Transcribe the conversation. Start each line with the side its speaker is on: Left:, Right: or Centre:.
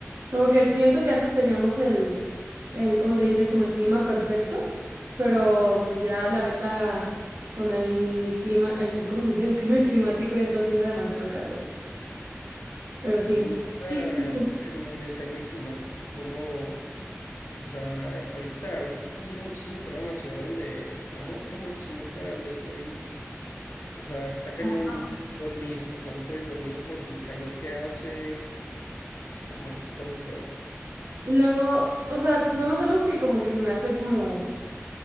Right: Como que siento que antes teníamos el, el, ¿cómo se dice? Como el clima perfecto, pero pues ya la neta con el clima, el, ¿cómo se dice? El <laughs> cambio climático ya está haciendo demasiado calor. Pero
Left: Sí,
Right: sí.
Left: está,
Right: Y, y-
Left: está cañón el cambio climático, como, o sea, ahorita, ahorita está haciendo muchísimo calor en la ciudad donde estamos, no manches, neta, me estoy, o sea, está cañón
Right: Ajá.
Left: dormir, o sea, no puedes dormir por el calor que hace, no, así está muy feo.
Right: y luego, o sea, nomás algo que como que se me hace como